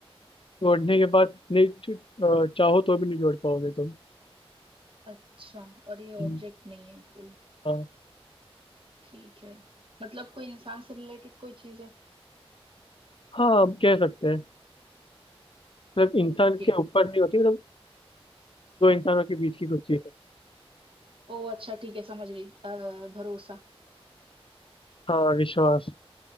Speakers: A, on the left; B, on the right.
A: तोड़ने के बाद नहीं टू- आ, चाहो तो भी नहीं जोड़ पाओगे तुम
B: अच्छा और ये ऑब्जेक्ट
A: हम्म,
B: नहीं है कोई
A: हाँ
B: ठीक है मतलब कोई इंसान से रिलेटेड कोई चीज है
A: हाँ हम कह सकते हैं मतलब
B: ओके
A: इंसान के ऊपर नहीं होती मतलब दो इंसानों के बीच की कुछ चीज़ है
B: ओ अच्छा ठीक है समझ गई अ, भरोसा
A: हाँ विश्वास